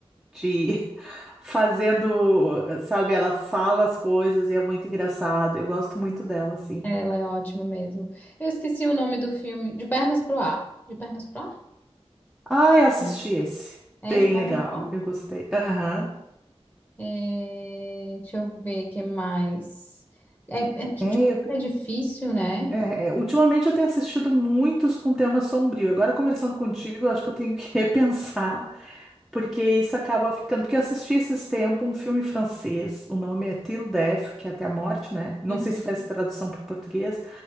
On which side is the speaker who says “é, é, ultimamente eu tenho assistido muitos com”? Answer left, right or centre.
Centre